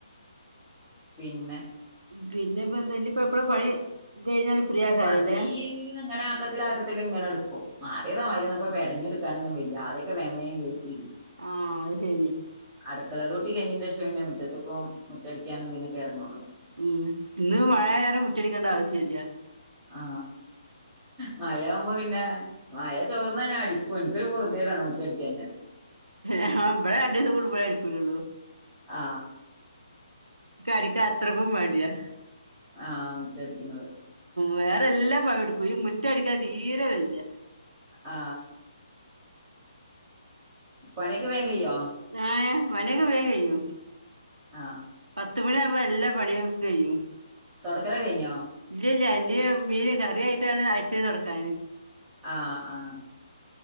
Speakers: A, on the right; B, on the right.
A: പിന്നെ
B: പിന്നെപ്പൊ എന്ത എപ്പഴാ പണി ഇത് കഴിഞ്ഞാല് ഫ്രീ ആക്കാരല്ലേ
A: പണി അങ്ങനെ ആക്കത്തില് ആക്കത്തില് ഇങ്ങനെ എടുക്കും ആദ്യത മാരിപ്പോ പെടഞ്ഞ് എടുക്കാൻ നൊന്നും വ്യയ്യ ആദ്യൊക്കെ വേം വേം കയിച്ചിരുന്നു
B: ആ അത് ശരി
A: അടുക്കള ഡ്യൂട്ടി കയിഞ്ഞിന്റെ ശേഷം പിന്നെ മുറ്റത്ത്ക്കും മുറ്റടിക്കാനും ഇതിനൊക്കെ ഏറങ്ങൊള്ളോ
B: ഉം ഇന്ന് മഴായ കാരണം മുറ്റടിക്കേണ്ട ആവശ്യല്ല
A: ആ മഴയാവുമ്പോ പിന്ന മഴ ചോർന്നന്നെ അടിക്കും എനിക്കൊരു പൊറുതി തേടാണ് മുറ്റടിക്കാഞ്ഞ
B: ഇവിടെ രണ്ടീസം കൂടുമ്പോൾ അടിക്കല്ലുള്ളൂ
A: ആ
B: അടിക്കാൻ അത്രക്കും മടിയാ
A: ആഹ് മുറ്റടിക്കുന്നത്
B: വേറെ എല്ലാ പണീടുക്കും ഈ മുറ്റടിക്കാൻ തീരെ വയ്യ
A: ആ പണി ഒക്കെ വേം കയ്യോ
B: ആ പണിയൊക്കെ വേം കയ്യും
A: ആ
B: പത്ത് മണിയാവുമ്പോ എല്ലാ പണിയും കയ്യും
A: തൊടക്കല് കയിഞ്ഞോ
B: ഇല്ല ഇല്ല ഇന് മീന് കറിയായിട്ടാണ് അടിചിട്ട് തൊടക്കാാന്
A: ആ ആ